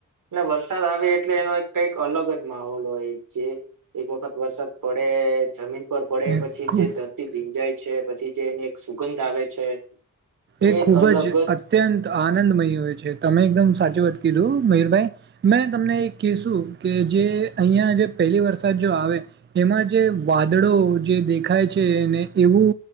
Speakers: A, on the right; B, on the right.
A: વરસાદ આવે એ એટલે એનો એક કઈક અલગ જ માહોલ હોય જે એક વખત વરસાદ પડે જમીન ઉપર પડે
B: ને
A: પછી
B: ખૂબ
A: જે ધરતી ભીંજાય છે પછી જે એની એક સુગંધ આવે છે. એની
B: એ
A: એક
B: ખૂબ
A: અલગ
B: જ અત્યંત આનંદમય તમે એકદમ સાચું વાત કીધું મયરભાઈ મેં તમને એક કશું કે જે અહિયાં ત જે પહેલી વરસાદ જો આવે એમાં જે વાદળો જે દેખાય છે એને એવું